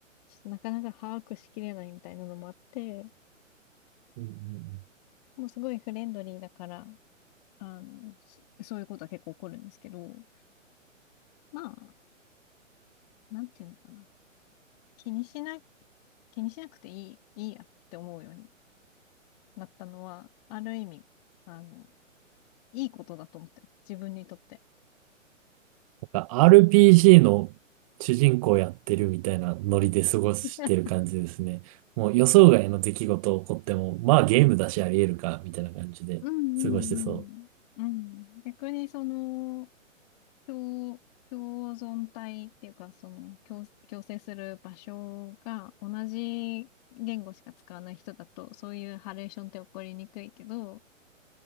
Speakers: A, on the left (about 30°); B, on the right (about 25°).
A: ちょっとなかなか把握しきれないみたいなのもあって、
B: うん
A: もうすごいフレンドリーだから、あの、そそういうことは結構起こるんですけど、まあ、なんていうのかな。気にしな、気にしなくていい、いいやって思うようになったのは、ある意味、あの、いいことだと思ってます。自分にとって。
B: なんか RPG の主人公やってるみたいなノリで過ごしてる感じですね。
A: <laughs>
B: もう予想外の出来事起こっても、まあゲームだしあり得るか、みたいな感じで過ごしてそ
A: うんうんうん。うん。逆にその、共、共存体っていうか、その、共、共生する場所が同じ言語しか使わない人だと、そういうハレーションって起こりにくいけど、